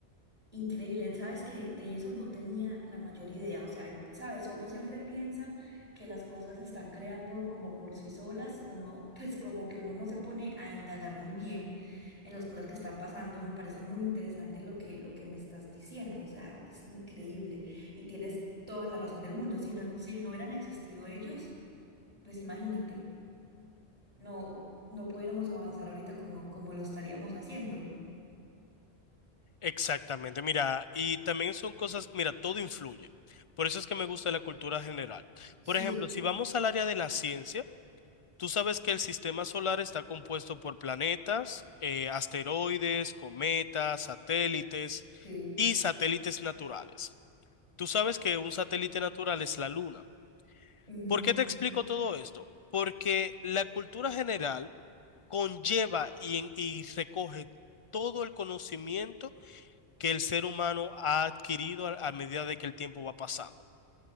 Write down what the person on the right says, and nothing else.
increíble, sabes que de eso no tenía la mayor idea, o sea, sabes, uno siempre piensa que las cosas se están creando como por sí solas, uno <laughs> pues como que uno no se pone a indagar muy bien en las cosas que están pasando, me parece muy interesante lo que, lo que me estás diciendo, o sea, es increíble y tienes toda la razón del mundo, si no, si no hubieran existido ellos, pues imagínate, no, no pudiéramos avanzar ahorita como, como lo estaríamos haciendo.
Sí,
Sí.
Ujú.